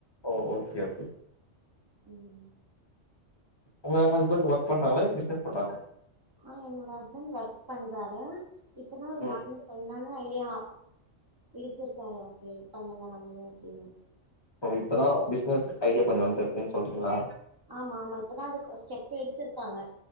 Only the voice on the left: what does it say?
ஓகே அப்
உங்க ஹஸ்பண்ட் ஒர்க் பண்றாங்களா இல்ல பிசினஸ் பண்றாங்க
ம்
ஓ இப்பதா பிசினஸ் ஐடியா கொஞ்சோ வந்துருக்குன்னு சொல்றீங்களா